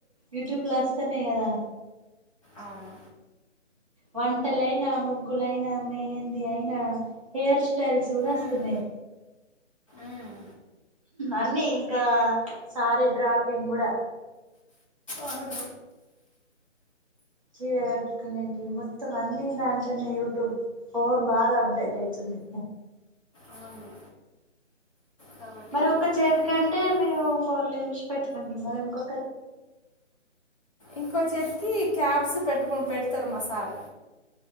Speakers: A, on the right; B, on the left.
A: యూట్యూబ్ లో వస్తనే కదా
B: అవును
A: వంటలైనా ముగ్గులైనా మెహందీ అయినా హెయిర్ స్టైల్స్ కూడా వస్తున్నాయి
B: ఉమ్, ఉమ్.
A: అన్ని ఇంకా సారీ డ్రాపింగ్ కూడా
B: అవును
A: చీర కట్టుకునేంటి మొత్తం అన్ని దాట్నే యూట్యూబ్ ఫోన్ బాగా అప్డేట్ అయితుంది
B: అవును కాబట్టి
A: మరి ఒక్క చేతి
B: అవన్నీ
A: కంటే
B: పెట్టుకుంటాం
A: మీరు ఫోన్ లో చూసి పెట్టుంటారు మరి ఇంకొ
B: ఇంకో చెతికి క్యాబ్స్ పెట్టుకు పెడతారు మా సార్